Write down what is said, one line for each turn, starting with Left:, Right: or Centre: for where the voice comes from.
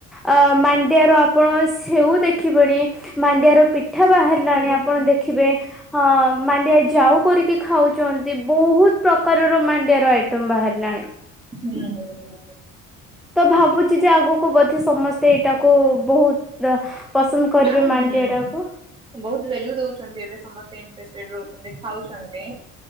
Centre: ଅ ମାଣ୍ଡିଆର ଆପଣ ସେଉ ଦେଖିବେଣୀ, ମାଣ୍ଡିଆର ପିଠ ଠା ବାହାରିଲାଣି
Right: ଦଉଛନ୍ତି
Centre: ଆପଣ ଦେଖିବେ, ହଁ ମାଣ୍ଡିଆ ଯାଉ କରିକି ଖାଉଛନ୍ତି, ବହୁତ ପ୍ରକାରର ମାଣ୍ଡିଆ ର ଆଇଟମ ବାହାରିଲାଣି।
Right: ହୁଁ ହୁଁ ହୁଁ।
Centre: ତ ଭାବୁଛି ଯେ ଆଗକୁ ବୋଧେ ସମସ୍ତେ ଏଇଟାକୁ ବହୁତ ପସନ୍ଦ କରିବେ
Right: ହଁ ହଁ।
Centre: ମାଣ୍ଡିଆ ଟାକୁ
Right: ବହୁତ ଭେଲ୍ୟୁ ଦଉଛନ୍ତି ଏବେ ସମସ୍ତେ ଇଣ୍ଟରେଷ୍ଟଡ ରହୁଛନ୍ତି ଖାଉଛନ୍ତି।